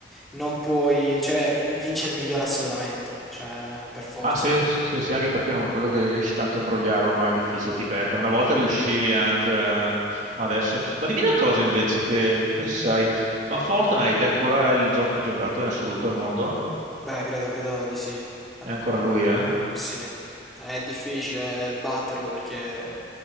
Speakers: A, in the centre; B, on the right (about 40°).
A: non puoi... cioè, vince il migliore assolutamente, cioè, per forza.
B: Ah sì, sì, sì, anche perché non credo che riesci tanto a imbrogliare ormai, è difficile, ti beccano. Una volta riuscivi anche, eh, ma adesso... Ma dimmi una cosa invece, che tu che sai, ma Fortnite è ancora il gioco più giocato in assoluto al mondo?
A: Beh, credo, credo di sì. Ad-
B: È ancora lui, eh?
A: Sì, è difficile batterlo perché